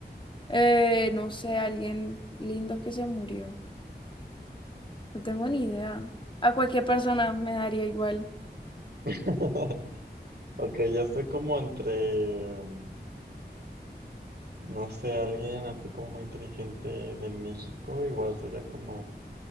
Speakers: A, on the left (about 30°); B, on the right (about 65°).
A: eh, no sé, alguien lindo que se murió. No tengo ni idea. A cualquier persona me daría igual.
B: <laughs> Ok, yo estoy como entre, mm, no sé, alguien así como muy inteligente de México, igual sería como